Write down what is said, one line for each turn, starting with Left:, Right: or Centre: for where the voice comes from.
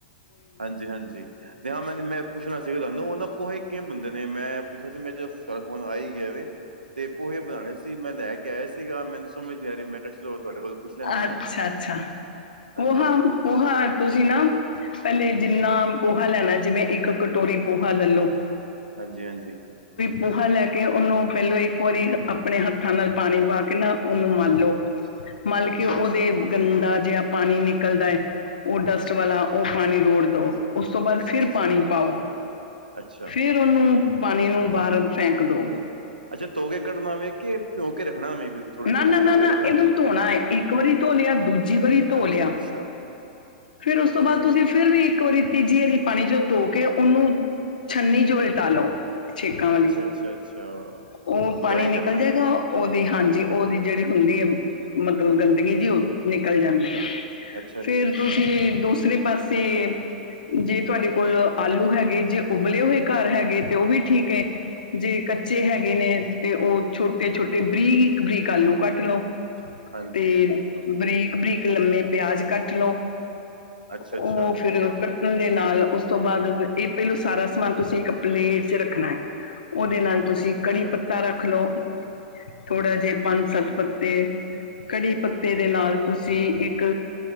Right: ਹਾਂਜੀ ਹਾਂਜੀ ਨ ਹਾਂ ਮੈਨੂੰ ਮੈਂ ਪੁੱਛਣਾ ਸੀਗਾ ਤੁਹਾਨੂੰ ਉਹ ਪੋਹੇ ਕਿਵੇ ਬੰਦੇ ਨੇ, ਮੈਂ ਪੁੱਛਿਆ ਸੀ ਮੇਰੇ ਚਾ ਫੋਨ ਆ ਹੀ ਗਿਆ ਵੈ। ਤੇ ਪੋਹੇ ਬਣਾਉਣੇ ਸੀ, ਮੈਂ ਲੈ ਕੇ ਆਇਆ ਸੀਗਾ, ਮੈਨੂੰ ਸਮਝ ਯ ਮੈਂ <unintelligible> ਲੈਂਦੇ
Left: ਅੱਛਾ-ਅੱਛਾ,
Right: ਆ ਹਾਂਜੀ,
Left: ਪੋਹਾ-ਪੋਹਾ ਤੁਸੀਂ ਨਾ ਪਹਿਲੇ ਜਿੰਨਾ ਪੋਹਾ ਲੈਣਾ ਜਿਵੇਂ ਇੱਕ ਕਟੋਰੀ ਪੋਹਾ ਲੈ ਲਓ
Right: ਹਾਂਜੀ- ਹਾਂਜੀ!
Left: ਪੌਹਾ ਲੈ ਕੇ ਉਹਨੂੰ ਪਹਿਲੋਂ ਇੱਕ ਵਾਰੀ ਆਪਣੇ ਹੱਥਾਂ ਨਾਲ ਪਾਣੀ ਪਾ ਕੇ ਨਾ ਉਹਨੂੰ ਮੰਲ ਲੋ ਮਤਲਬ
Right: ਅੱਛਾ-ਅੱਛਾ,
Left: ਕੇ ਉਹਦੇ ਗੰ ਦਾ ਜੇਹਾ ਪਾਣੀ ਨਿਕਲਦਾ ਹੈ ਉਹ ਡਸਟ ਵਾਲਾ ਉਹ ਪਾਣੀ ਰੋੜ ਦੋ ਉਸ ਤੋਂ ਬਾਅਦ ਫਿਰ
Right: ਅੱਛਾ,
Left: ਪਾਣੀ ਪਾਓ
Right: ਅੱਛਾ।
Left: ਫਿਰ ਉਹਨੂੰ ਪਾਣੀ ਨੂੰ ਬਾਹਰ ਫੈਂਕ ਦੋ
Right: ਅੱਛਾ ਧੋ ਕੇ ਕੱਢਨਾ ਵੇ ਕੇ, ਪਿੰਔ ਕੇ ਰੱਖਣਾ ਵੇ ਵਿ ਥੋੜ੍ਹੀ
Left: ਨਾ
Right: ਦੇਰ
Left: ਨਾ ਨਾ
Right: ਪਿੰਔ
Left: ਨਾ
Right: ਕੇ ਰੱਖਣਾ
Left: ਇਹਨਾਂ
Right: ਨਹੀਂ।
Left: ਨੂੰ ਧੋਣਾ ਏ, ਇੱਕ ਵਾਰੀ ਧੋ ਲਿਆ ਦੂਜੀ ਵਾਰੀ ਧੋ
Right: ਅੱਛਾ-ਅੱਛਾ,
Left: ਲਿਆ, ਫਿਰ ਉਸ ਤੋਂ
Right: ਅੱਛਾ-ਅੱਛਾ,
Left: ਬਾਅਦ ਤੁਸੀਂ ਫਿਰ
Right: ਅੱਛਾ-ਅੱਛਾ,
Left: ਵੀ ਇੱਕ ਵਾਰੀ ਤੀਜੀ ਹਾਰੀ ਪਾਣੀ ਜੋ ਧੋ ਕੇ ਉਹਨੂੰ ਛੰਨੀ ਜੋ ਲਟਾਾਲੋ। ਛੇਕਾਂ ਵਾਲੀ,
Right: ਅੱਛਾ ਅੱਛਾ ਅੱਛਾ ਅੱਛਾ
Left: ਔਹ ਪਾਣੀ
Right: ਡਰਾਈ
Left: ਨਿਕਲ
Right: ਕਰਨਾ
Left: ਜਾਏਗਾ
Right: ਮਤਲਬ
Left: ਉਹਦੀ ਹਾਂਜੀ ਉਹਦੀ ਜਿਹੜੀ ਹੁੰਦੀ ਏ ਮਤਲਬ ਗੰਦਗੀ ਜਿ ਉਹ ਨਿਕਲ ਜਾਂਦੀ ਆ।
Right: ਅੱਛਾ-ਅੱਛਾ,
Left: ਫੇਰ
Right: ਅੱਛਾ
Left: ਤੁਸੀਂ
Right: ਅੱਛਾ
Left: ਦੂਸਰੇ ਪਾਸੇ ਜੇ ਤੁਹਾਡੇ ਕੋਲ ਆਲੂ ਹੈਗੇ ਜੇ ਉਬਲੇ ਹੋਏ ਘਰ ਹੈਗੇ ਤੇ ਉਹ ਵੀ ਠੀਕ ਹੈ, ਜੇ ਕੱਚੇ ਹੈਗੇ ਨੇ ਤੇ ਉਹ ਛੋਟੇ- ਛੋਟੇ, ਬਰੀਕ- ਬਰੀਕ ਆਲੂ ਕੱਟ ਲਓ। ਤੇ
Right: ਹਾਂਜੀ
Left: ਬਰੀਕ, ਬਰੀਕ ਲੰਮੇ ਪਿਆਜ ਕੱਟ ਲਓ।
Right: ਅੱਛਾ-ਅੱਛਾ
Left: ਉਹ
Right: ਠੀਕ
Left: ਫਿਰ
Right: ਐ
Left: ਕੱਟਣ ਦੇ ਨਾਲ ਉਸ ਤੋਂ ਬਾਅਦ ਇਹ ਪਹਿਲੋਂ ਸਾਰਾ ਸਮਾਨ ਤੁਸੀਂ ਪਲੇਟ ਚ ਰੱਖਣਾ। ਉਹਦੇ ਨਾਲ ਤੁਸੀਂ ਕੜੀ
Right: ਅੱਛਾ,
Left: ਪੱਤਾ ਰੱਖ ਲਓ, ਥੋੜਾ ਜਿ ਪੰਜ, ਸੱਤ ਪ ਫੇਰ ਕੜੀ ਪੱਤੇ ਦੇ ਨਾਲ ਤੁਸੀਂ ਇੱਕ,